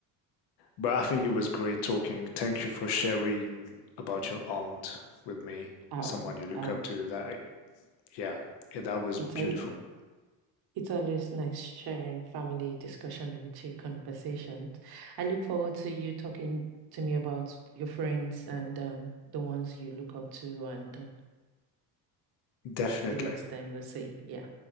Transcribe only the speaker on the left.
But I think it was great talking. Thank you for sharing about your aunt with me,
someone you look
up to. That, yeah, that was
beautiful.
Definitely.